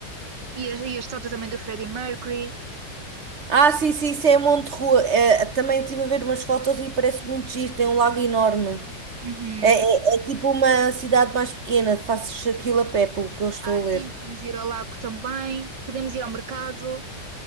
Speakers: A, on the right (about 70°); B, on the right (about 40°).
A: E a, e a estátua também do Freddie Mercury.
B: Ah, sim, sim, isso é em Monterrua. É, também estive a ver umas fotos e parece muito giro, tem um lago enorme.
A: Uhum.
B: É, é, é tipo uma cidade mais pequena, faço aquilo a pé, pelo que eu estou
A: Ah,
B: a ler.
A: sim, podemos ir ao lago também, podemos ir ao mercado.